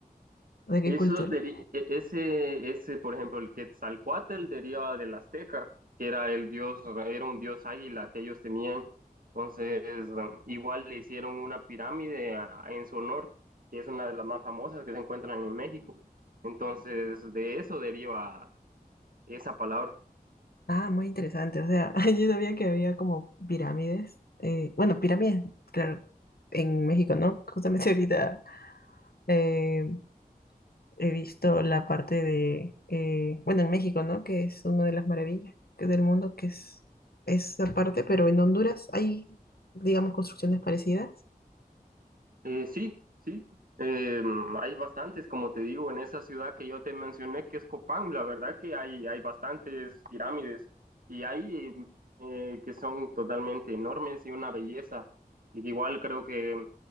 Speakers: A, on the left (about 80°); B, on the right (about 65°).
A: ¿De qué
B: Eso
A: cultura?
B: deri- e- ese, ese, por ejemplo, el Quetzalcóatl deriva del azteca, que era el dios, era un dios águila que ellos tenían. Entonces, bueno, igual le hicieron una pirámide a- en su honor, que es una de las más famosas que se encuentran en México. Entonces, de eso deriva esa palabra.
A: Ah, muy interesante. O sea, <laughs> yo sabía que había como pirámides. eh, bueno, pirámides, claro, en México, ¿no? Justamente <laughs> ahorita eh, he visto la parte de, eh, bueno, en México, ¿no? Que es una de las maravillas que del mundo, que es esa parte, pero en Honduras hay, digamos, construcciones parecidas.
B: Eh, sí, sí. Eh, hay bastantes, como te digo, en esa ciudad que yo te mencioné, que es Copán, la verdad que hay, hay bastantes pirámides y hay eh, eh, que son totalmente enormes y una belleza. Y igual creo que